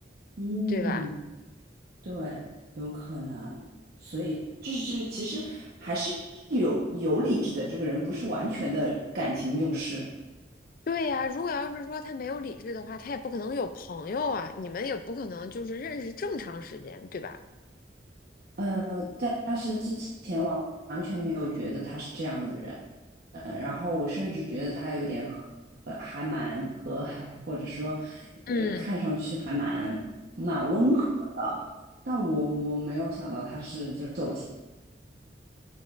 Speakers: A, on the right (about 55°); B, on the left (about 50°).
A: 嗯。
B: 对吧？
A: 对，有可能，所以就是就是，其实还是有有理智的，这个人不是完全的感情用事。
B: 对呀，如果要是说他没有理智的话，他也不可能有朋友啊，你们也不可能就是认识这么长时间，对吧？
A: 呃，但但是之前完完全没有觉得他是这样的人，呃，然后我甚至觉得他有点和呃还蛮和蔼，或者说，
B: 嗯。
A: 呃，看上去还蛮蛮温和的，但我我没有想到他是就走起